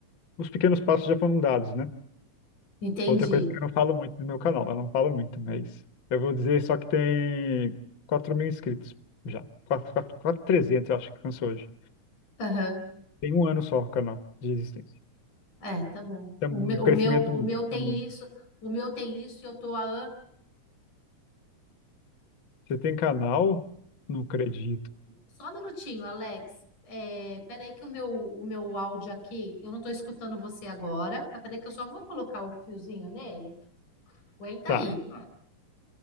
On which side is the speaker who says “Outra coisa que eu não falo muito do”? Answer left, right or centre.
Left